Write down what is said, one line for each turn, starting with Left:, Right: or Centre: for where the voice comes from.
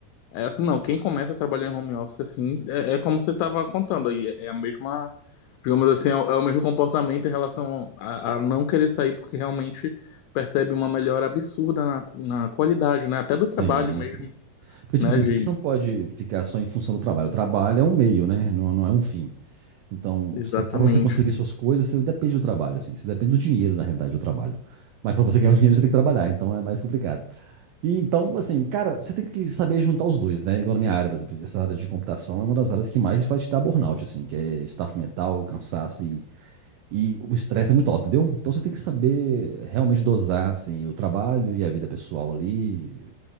Left: é, assim, não, quem começa a trabalhar em home office assim, é, é como você estava contando aí, é, é a mesma, digamos assim, é o, é o mesmo comportamento em relação a, a não querer sair, porque realmente percebe uma melhora absurda na, na qualidade, né? Até do trabalho
Right: Sim,
Left: mesmo,
Right: sim. Porque, tipo
Left: né,
Right: assim,
Left: de
Right: a gente não pode ficar só em função do trabalho. O trabalho é um meio, né? Não, não é um fim. Então,
Left: Exatamente,
Right: você, para você conseguir
Left: cara.
Right: suas coisas, você depende do trabalho, assim. Você depende do dinheiro, na realidade, do trabalho. Mas para você ganhar o dinheiro, você tem que trabalhar. Então, é mais complicado. E então, assim, cara, você tem que saber juntar os dois, né? Igual na minha área, por exemplo, essa área de computação é uma das áreas que mais vai te dar burnout, assim, que é estafo mental, cansaço e, e o estresse é muito alto, entendeu? Então você tem que saber realmente dosar, assim, o trabalho e a vida pessoal ali.